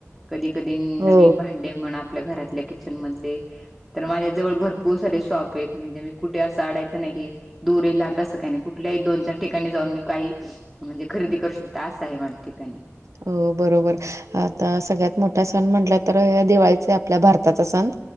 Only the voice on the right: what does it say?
हो
अ बरोबर आता सगळ्यात मोठा सण म्हटलं तर दिवाळीचे आपल्या भारताचा सण